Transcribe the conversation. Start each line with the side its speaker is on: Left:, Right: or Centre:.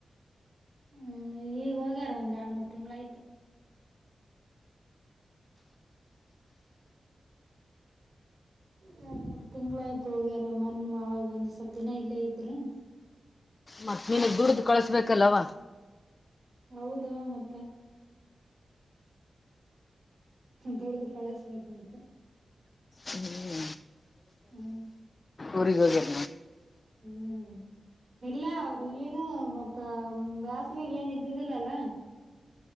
Right: ಹ್ಮ್ ಈಗ ಹೋಗ್ಯಾರ ಒಂದ್ ಎರಡ್ ಮೂರ್ ತಿಂಗಳ ಆಯ್ತ ಎರಡ್ ಮೂರ್ ತಿಂಗಳು ಆಯ್ತು ಹೋಗ್ಯಾರ ಮನ್ ಆವಾಗ ಒಂದ್ ಸ್ವಪ್ ದಿನ ಇಲ್ಲೇ ಇದ್ರು <inaudible>
Left: ಮತ್ತೆ ನಿನಗ್ ದುಡ್ದ ಕಳಸ್ಬೇಕಲ್ಲವ
Right: ಹೌದು ಮತ್ತೆ ದುಡ್ಡಿದು ಕಳಿಸಬೇಕು ಮತ್ತೆ
Left: ಹ್ಞೂ
Right: ಹ್ಮ್
Left: ಊರಿಗೆ ಹೋಗ್ಯಾರ
Right: ಹ್ಮ್ ಇಲ್ಲ ಅವರು ಇಲ್ಲಿನ ಮತ್ತ ಬ್ಯಾಸಿಗೆಗ ಏನ್ ಇದ್ದಿದ್ದಿಲ್ಲಲ್ಲ